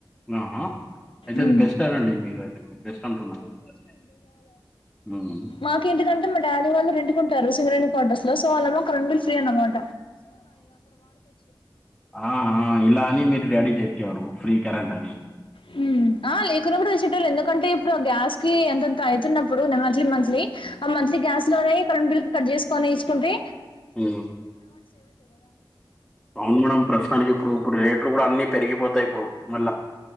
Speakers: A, in the centre; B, on the left.
A: ఆహ అయితే
B: ఉమ్.
A: అది బెస్టే నండి మీకైతే బెస్ట్ అంటున్నారు మొత్తానికి ఉమ్,
B: మాకె ఎందుకంటే మరి డాడి వాళ్ళు రెంటుకు ఉంటారు. సింగరేని కోర్టస్ లో సో వాళ్లేమో కరెంటు బిల్ ఫ్రీ అనమాట.
A: ఆ ఆ ఇలాని మి వీళ్ళ డాడీ చేత్తాడు ఫ్రీ కరెంటు అని
B: హూమ్ ఆ లేకున్నప్పుడు ఇచ్చేటోళ్ళు ఎందుకంటే ఇప్పుడు ఆ గ్యాస్ కి అంతంత అయితున్నప్పుడు మంత్లీ మంత్లీ ఆ మంత్లీ గ్యాస్ లోనే కరంట్ బిల్ కి కట్ జేసుకొని ఇస్తుంది.
A: హుమ్ అవును మేడం ప్రస్తుతానికి ఇప్పుడు ఇప్పుడు రేట్లు కూడా అన్ని పెరిగిపోతాయి ఇప్పుడు మళ్